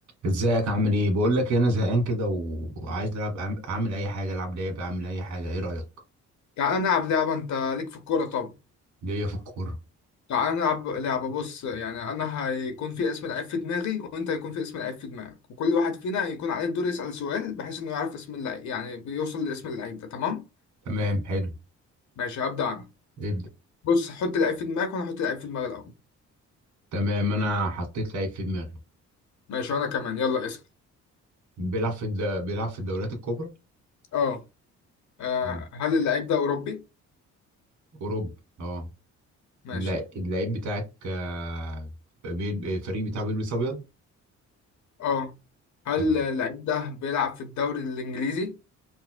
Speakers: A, on the right; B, on the left.
A: ازيك عامل ايه بقول لك إيه، انا زهقان كده و... وعايز العب أعم- اعمل اي حاجه العب لعبه اعمل اي حاجه ايه رايك
B: تعالى نلعب لعبة أنت ليك في الكورة طبعا
A: جايه في الكوره
B: تعالى نلعب لعبة بص يعني أنا هيكون في اسم لعيب في دماغي وأنت هيكون في اسم لعيب في دماغك وكل واحد فينا هيكون عليه الدور يسأل سؤال بحيث إنه يعرف اسم اللعيب يعني بيوصل لاسم اللعيب ده تمام؟
A: تمام حلو
B: ماشي هبدأ أنا
A: ابدا
B: بص حط لعيب في دماغك وأنا هحط لعيب في دماغي الأول
A: تمام انا حطيت لعيب في دماغي
B: ماشي وأنا كمان يلا اسأل
A: بيلعب في الد... بيلعب في الدوريات الكبرى
B: أه آه،
A: تمام
B: هل اللعيب ده أوروبي؟
A: اوروبا اه
B: ماشي
A: الل- اللعيب بتاعك آه، بيل- الفريق بتاعه بيلبس ابيض
B: أه هل
A: تمام
B: اللعيب ده بيلعب في الدوري الإنجليزي؟